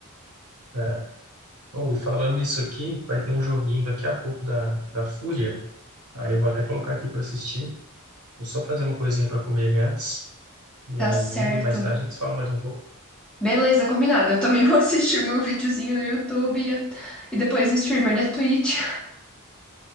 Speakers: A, on the right; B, in the centre.
A: É. Oh, e falando nisso aqui, vai ter um joguinho daqui a pouco da, da Fúria. Aí eu vou até colocar aqui para assistir. Eu só fazer uma coisinha para comer ali antes. E
B: Tá
A: aí,
B: certo.
A: mais tarde, a gente fala mais um pouco.
B: Beleza, combinado. Eu também <laughs> vou assistir o meu videozinho no YouTube e, a- e depois o streamer da Twitch.